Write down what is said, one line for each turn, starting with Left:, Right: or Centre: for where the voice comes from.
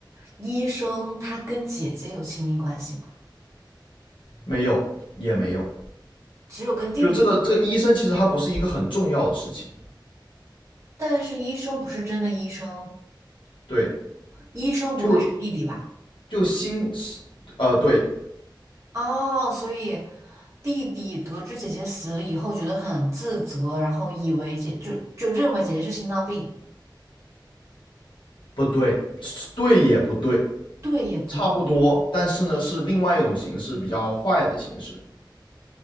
Right: 医生他跟姐姐有亲密关系吗？
Left: 没有也没有，
Right: 只有跟弟弟有，
Left: 就这个这个医生其实他不是一个很重要的事情，
Right: 但是医生不是真的医生。
Left: 对，
Right: 医生不会是弟弟吧？
Left: 就就心，呃，对，
Right: 哦，所以弟弟得知姐姐死了以后，觉得很自责，然后以为姐就就认为姐姐是心脏病，
Left: 不对，对也不对，
Right: 对也不对。
Left: 差不多，但是呢是另外一种形式，比较坏的形式，